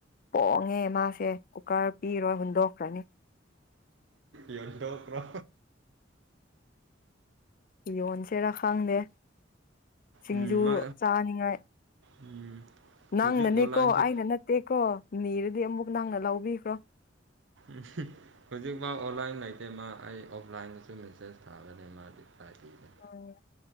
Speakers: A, on the left; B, on the right.
A: ꯄꯣꯡꯉꯦ ꯃꯥꯁꯦ ꯀꯨꯀꯔ ꯄꯤꯔꯣꯏ ꯍꯨꯟꯗꯣꯛꯈ꯭ꯔꯅꯤ
B: ꯌꯣꯟꯊꯣꯛꯈ꯭ꯔꯣ
A: ꯌꯣꯟꯁꯤꯔꯥ ꯈꯪꯗꯦ ꯁꯤꯡꯖꯨ
B: ꯎꯝ ꯃꯥ
A: ꯆꯥꯅꯤꯡꯉꯥꯏ
B: ꯎꯝ
A: ꯅꯪꯅꯅꯦꯀꯣ
B: ꯍꯧꯖꯤꯛ ꯑꯣꯟꯂꯥꯏꯟꯁꯨ
A: ꯑꯩꯅ ꯅꯠꯇꯦ ꯇꯦꯀꯣ ꯅꯤꯔꯗꯤ ꯑꯃꯨꯛ ꯅꯪꯅ ꯂꯧꯕꯤꯈ꯭ꯔꯣ
B: ꯎ ꯍꯧꯖꯤꯛꯐꯥꯎ ꯑꯣꯟꯂꯥꯏꯟ ꯂꯩꯇꯦ ꯃꯥ ꯑꯩ ꯑꯣꯐꯂꯥꯏꯟꯗꯁꯨ ꯃꯦꯁꯦꯁ ꯊꯥꯒꯅꯤ ꯃꯥꯗꯤ ꯄꯥꯏ ꯄꯤꯒꯦ
A: ꯑꯣ